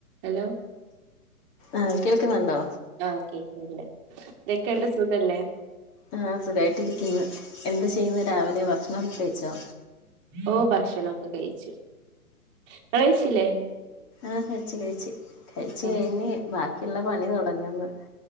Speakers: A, on the right; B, on the left.
A: ഹലോ
B: ആഹ് കേൾക്കുന്നുണ്ടോ
A: ആഹ് കേക്ണ്ട്. എന്തൊക്കെ ണ്ട് സുഖല്ലേ?
B: ആഹ് സുഖായിട്ടിരിക്കിന്ന്. എന്ത് ചെയ്യുന്നു രാവിലെ ഭക്ഷണൊക്കെ കഴിച്ചോ?
A: ഓഹ് ഭക്ഷണൊക്കെ കയിച്ച്. ഇങ്ങളയിച്ചില്ലേ?
B: ആഹ് കയിച്ച് കയിച്ച് കയിച്ച്
A: ആഹ്
B: കയിഞ്ഞ് ബാക്കിള്ള പണി തൊടങ്ങ്ന്ന്.